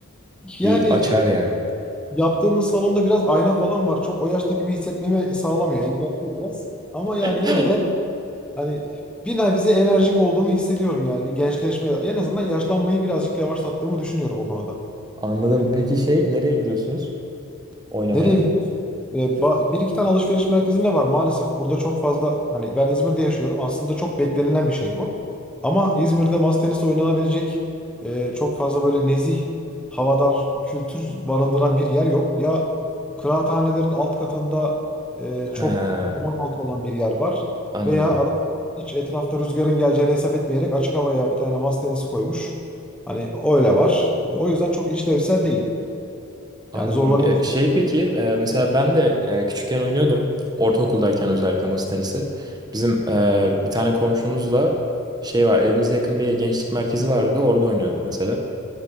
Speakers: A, in the centre; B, on the right.
A: Yani
B: Bir açar yani.
A: Yaptığınız salonda biraz ayna falan var. Çok o yaşta gibi hissetmemi sağlamıyor. Engelliyor biraz. Ama yani
B: <laughs>
A: yine de hani bir nebze enerjik olduğumu hissediyorum yani. Bir gençleşme. En azından yaşlanmayı birazcık yavaşlattığımı düşünüyorum o konuda.
B: Anladım. Peki şey nereye gidiyorsunuz oynamaya?
A: Nereye gidiyoruz? Ee, ba- bir iki tane alışveriş merkezinde var maalesef. Burada çok fazla hani ben İzmir'de yaşıyorum. Aslında çok beklenilen bir şey bu. Ama İzmir'de masa tenisi oynanabilecek e, çok fazla böyle nezih, havadar, kültür barındıran bir yer yok. Ya kıraathanelerin alt katında e, çok
B: He,
A: duman altı olan bir yer var.
B: anladım.
A: Veya adam hiç etrafta rüzgarın geleceğini hesap etmeyerek açık havaya bir tane masa tenisi koymuş. Hani öyle var. O yüzden çok işlevsel değil.
B: Anladım.
A: Yani zorlanıyoruz.
B: E, şey peki e, mesela ben de e, küçükken oynuyordum. Ortaokuldayken özellikle masa tenisi. Bizim e, bir tane komşumuzla şey var evimize yakın bir gençlik merkezi vardı orada oynuyorduk mesela.